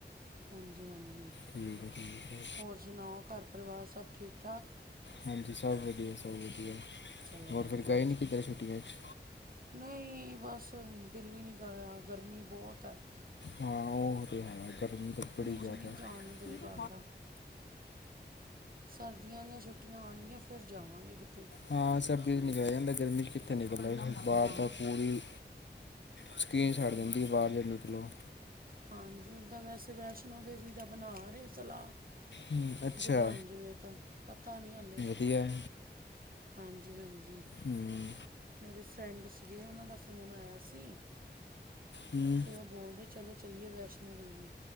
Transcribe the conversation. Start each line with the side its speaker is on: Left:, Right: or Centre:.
Right: ਹਾਂਜੀ-ਹਾਂਜੀ।
Left: ਠੀਕ ਹੈ ਠੀਕ ਹੈ
Right: ਹੋਰ ਸੁਣਾਓ, ਘਰ ਪਰਿਵਾਰ ਸਭ ਠੀਕ-ਠਾਕ?
Left: ਹਾਂਜੀ। ਸਭ ਵਧੀਆ, ਸਭ ਵਧੀਆ
Right: ਚਲੋ
Left: ਹੋਰ
Right: ਵਧੀਆ
Left: ਫਿਰ ਗਏ
Right: ਜੀ
Left: ਨਹੀਂ ਕਿਧਰ ਛੁੱਟੀਆਂ 'ਚ?
Right: ਨਹੀਂ, ਬਸ ਦਿੱਲੀ ਨਹੀਂ ਕਰ ਰਿਹਾ। ਗਰਮੀ ਬਹੁਤ ਹੈ।
Left: ਹਾਂ। ਉਹ ਤੇ ਹੈ, ਗਰਮੀ ਤਾਂ ਬੜੀ ਜ਼ਿਆਦਾ
Right: 'ਚ ਨਹੀਂ
Left: ਐ।
Right: ਜਾਣ ਨੂੰ ਦਿਲ
Left: ਹੂੰ
Right: ਕਰਦਾ ਸਰਦੀਆਂ ਦੀਆਂ ਛੁੱਟੀਆਂ ਆਉਣਗੀਆਂ, ਫਿਰ ਜਾਵਾਂਗੇ ਕਿਤੇ।
Left: ਹਾਂ ਸਰਦੀਆਂ 'ਚ ਨਿਕਲਿਆ ਜਾਂਦਾ, ਗਰਮੀ ਚ ਕਿੱਥੇ ਨਿਕਲਦਾ ਬਾਹਰ
Right: ਹਾਂ
Left: ਤਾਂ ਪੂਰੀ ਸਕਿਨ ਸੜ
Right: ਉਹ
Left: ਜਾਂਦੀ ਐ, ਬਾਹਰ ਜਦ ਨਿਕਲੋ।
Right: ਹਾਂਜੀ। ਓਦਾਂ, ਵੈਸੇ ਵੈਸ਼ਨੋ ਦੇਵੀ ਦਾ ਬਣਾ ਰਹੇ, ਸਲਾਹ।
Left: ਹੂੰ, ਅੱਛਾ
Right: ਜੇ ਬਣ ਜਾਵੇ ਤਾਂ, ਪਤਾ ਨਹੀਂ ਹਾਲੇ।
Left: ਵਧੀਆ ਹੈ।
Right: ਹਾਂਜੀ-ਹਾਂਜੀ।
Left: ਹੂੰ
Right: ਮੇਰੇ ਫਰੈਂਡ ਸੀਗੇ, ਉਹਨਾਂ ਦਾ ਫ਼ੋਨ ਆਇਆ ਸੀ।
Left: ਹਮ।
Right: ਇਹ ਬੋਲਦੇ ਚਲੋ ਚਲੀਏ ਵੈਸ਼ਨੋ ਦੇਵੀ।